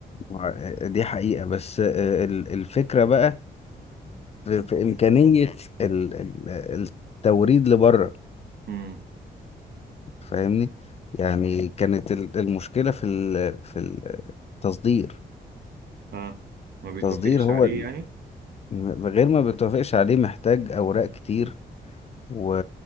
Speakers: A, on the left; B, on the right.
A: مع- دي حقيقة بس آه، ال- الفكرة بقى في, في إمكانية ال- ال- التوريد لبره
B: امم
A: فاهمني يعني كانت ال- المشكلة في ال- في التصدير
B: اه ما بيتوافقش
A: التصدير هو
B: عليه
A: ال-
B: يعني
A: م- غير ما بتوافقش عليه محتاج أوراق كتير و...